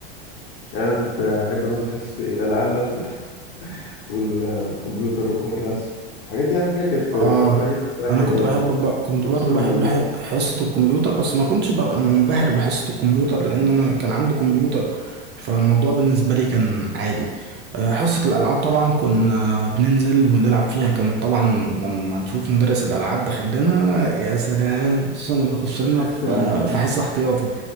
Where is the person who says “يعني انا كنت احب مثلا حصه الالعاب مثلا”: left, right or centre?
Left